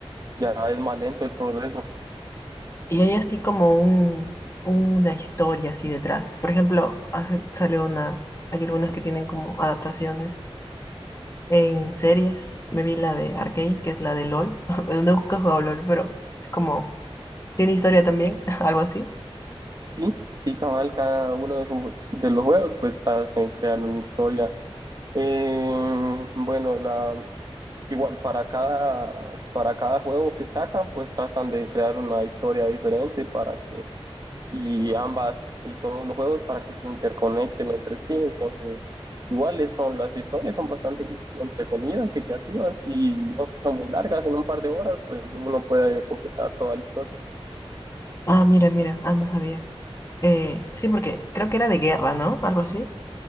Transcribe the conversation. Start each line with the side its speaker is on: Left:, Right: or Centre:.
Right: ya es más lento el progreso.
Left: Y hay así como un, una historia así detrás. Por ejemplo, hace, sale una, hay algunas que tienen como adaptaciones En series me vi la de Arcane, que es la de LOL. <laughs> Bueno, nunca he jugado LOL, pero es como, tiene historia también, <laughs> algo así.
Right: Sí, sí, cabal, cada uno de, sus- de los juegos pues hacen, crean una historia. Eh, bueno, la, igual para cada, para cada juego que sacan pues tratan de crear una historia diferente para que, y ambas, y todos los juegos para que se interconecten entre sí. Entonces, iguales son las historias, son bastante entretenidas y creativas y no son muy largas, en un par de horas pues uno puede completar toda la historia.
Left: Ah, mira, mira, ah, no sabía. Eh, sí, porque creo que era de guerra, ¿no? Algo así.